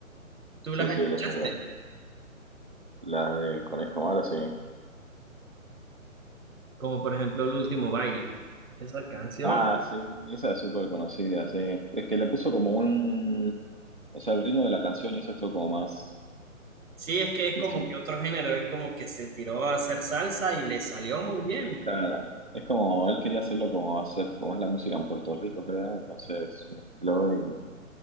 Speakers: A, on the right; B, on the right.
A: ¿Tú
B: Sí,
A: las
B: sí,
A: escuchaste?
B: él es un crack. La de Conejo Malo, sí.
A: Como por ejemplo el último baile. Esa canción
B: Ah, sí, esa es súper conocida, sí. Es que le puso como un... O sea, el ritmo de la canción hizo esto como más,
A: Sí, es que es
B: no
A: como
B: sé,
A: que otro género, es como que se tiró a hacer salsa y le salió muy bien.
B: Claro, es como él quería hacerlo como hacer, como es la música en Puerto Rico, creo, entonces mezcló y